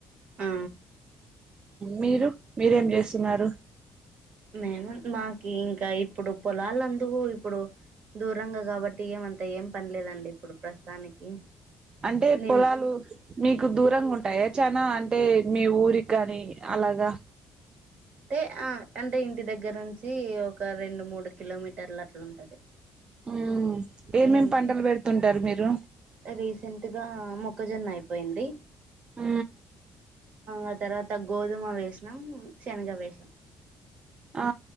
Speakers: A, on the right (about 60°); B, on the right (about 35°).
A: ఆ
B: మీరు మీరేం చేస్తున్నారు
A: మేము మాకి ఇంకా ఇప్పుడు పొలాలందుకు ఇప్పుడు దూరంగా కాబట్టి ఏమంతా ఏం పనిలేదండి ఇప్పుడు ప్రస్తుతానికి
B: అంటే
A: నిన్
B: పొలాలు మీకు దూరంగా ఉంటాయ చనా అంటే మీ ఊరికి కాని అలాగా
A: అయి ఆ అంటే ఇంటి దగ్గర నుంచి ఒక రెండు మూడు కిలోమీటర్లు అట్లా ఉంటది
B: ఆ ఏమేమి
A: ఉమ్
B: పంటలు పెడుతుంటారు మీరు
A: రీసెంట్ గా మొక్కజొన్న అయిపోయింది
B: ఆ
A: ఆ తర్వాత గోధుమ వేసినాం శనగ వసాం
B: ఆ